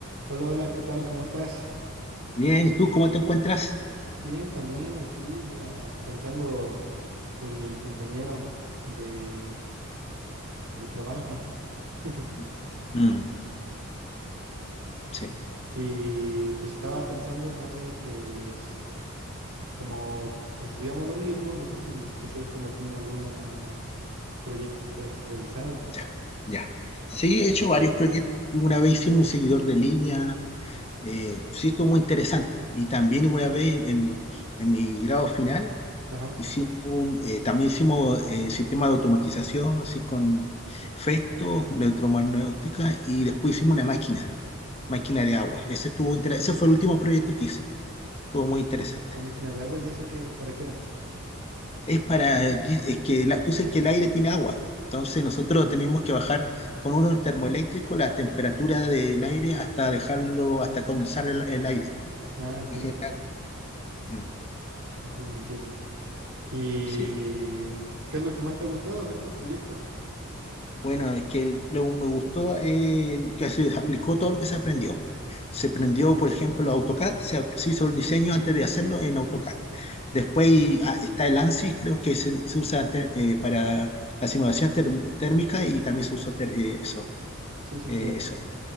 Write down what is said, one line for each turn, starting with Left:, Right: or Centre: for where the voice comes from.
Right: Hola, hola, ¿qué tal? ¿Cómo estás?
Left: Bien, ¿y tú cómo te encuentras?
Right: Bien, también aquí, mira, pensando en mi compañero de, de trabajo. <laughs>
Left: Mm. Mm, sí,
Right: Y pues estaba pensando, no sé, que es- como estudiamos lo mismo, no sé si quisieras compartirme algunos proyectos que has realizado.
Left: ya, ya. Sí, he hecho varios proyectos. Y Una vez hicimos un seguidor de línea, eh, sí, estuvo muy interesante. Y también una vez en, en mi grado final,
Right: Ajá,
Left: hicimos un- eh, también hicimos eh, sistema de automatización, así con Festo, electromagnética, y después hicimos una máquina, máquina de agua. Ese estuvo inter- ese fue el último proyecto que hice. Estuvo muy interesante.
Right: una máquina de agua, ¿y esa qué, para qué era?
Left: es para, es que la- tú sabes que el aire tiene agua, entonces nosotros tenemos que bajar con unos termoeléctricos la temperatura del aire hasta dejarlo, hasta condensar el, el aire.
Right: Ah, entiendo,
Left: Y genera-
Right: entiendo,
Left: mm,
Right: entiendo, entiendo. ¿Y
Left: Sí.
Right: qué es lo que más te ha gustado de estos proyectos?
Left: Bueno, es que lo, me gustó eh, que se aplicó todo lo que se aprendió. Se aprendió, por ejemplo, AutoCAD, se, se hizo el diseño antes de hacerlo en AutoCAD. Después ah, está el ANSYS, creo que se, se usa ter- eh, para la simulación ter- térmica y también se usó ter- eh, eso.
Right: Sí, sí,
Left: eh,
Right: claro.
Left: eso.